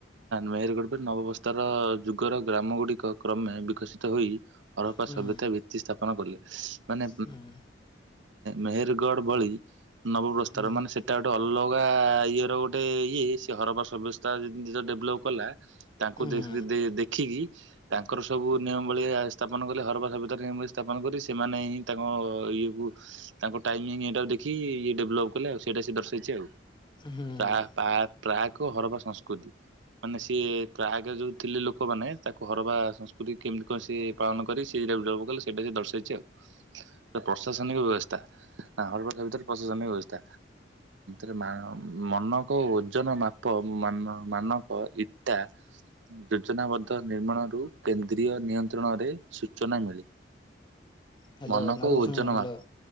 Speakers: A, on the right; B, on the left.
A: ନାେହେରଗଡ ନବବସ୍ଥାର ଯୁଗର ଗ୍ରାମ ଗୁଡିକ କ୍ରମେ ବିକଶିତ ହୋଇ, ହରପା
B: ହୁଁ
A: ସଭ୍ୟତା ଭିତ୍ତି ସ୍ଥାପନ କଲେ। ମାନେ
B: ହୁଁ
A: ମେହେରଗଡ ଭଳି ନବପ୍ରସ୍ତାର
B: ହୁଁ ହୁଁ
A: ମାନେ ସେଟା ଗୋଟେ ଅଲଗା ଇଏର ଗୋଟେ ଇଏ ସେ ହରପା ବ୍ୟବସ୍ଥା ଯେମିତି ତ ଡେଭଲପ୍ କଲା, ତାଙ୍କୁ ଦେଖ
B: ହୁଁ ହଁ
A: ଦେଖିକି ତାଙ୍କର ସବୁ ନିୟମାବଳିୀଆ ସ୍ଥାପନ କରିବା ସ୍ୟତ ସ୍ଥାପନ କରି ସେମାନେ ହିଁ ତାଙ୍କ ଇଏକୁ ତାଙ୍କ ଟାଇମିଂ ଏଟା ଇ ଡେଭଲପ କଲେ ଆଉ ସେଇଟା ସେ ଦର୍ଶେଇଛି ଆଉ।
B: ହୁଁ ହଁ ହୁଁ
A: ପ୍ରାୟ ପ୍ରାୟକ ହରବା ସଂସ୍କୃତି। ମାନେ ସିଏ ପ୍ର ଆଗ ଯୋଉ ଥିଲେ ଲୋକମାନୋନେ ତାକୁ ହରବା ସଂସ୍କୃତି କେମତି କଣ ସେ ପାଳନ କରି ସେଟା ଜ କଲେ ସେଇଟା ସେ ଦର୍ଶାଇଛି ଆଉ। ପ୍ରଶାସନିକ ବ୍ୟବସ୍ଥା ହଁ ହଲ ପ୍ରଶାସନ ବ୍ୟବ ସ୍ଥା ରେ ମନକ ଓଜନ ମାପ ମାନ ମାନକ ଟା ଯୋଜନାବଦ୍ଧ ନିର୍ମାଣରୁ କେନ୍ଦ୍ରୀୟ ନିୟନ୍ତ୍ରଣରେ ସୂଚନା ମିଳେ।
B: ହ୍ୟାଲୋ
A: ମନକୁ
B: ନରୁ
A: ଓଜନ
B: ଶୁଣୁ ହ୍ୟାଲୋ
A: ମାପ